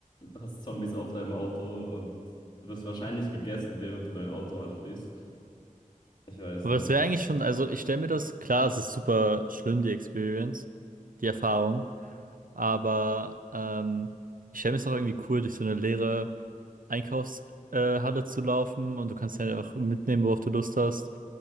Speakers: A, on the left (about 35°); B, on the right (about 75°).
A: hast Zombies auf deinem Auto und wirst wahrscheinlich gegessen, während du dein Auto anschließt. Ich weiß
B: Aber
A: nicht.
B: es wäre eigentlich schon, also ich stelle mir das, klar, es ist super schlimm, die Experience, die Erfahrung, aber ähm, ich stelle mir es auch irgendwie cool, durch so eine leere Einkaufshalle äh, Halle zu laufen und du kannst ja auch mitnehmen, worauf du Lust hast.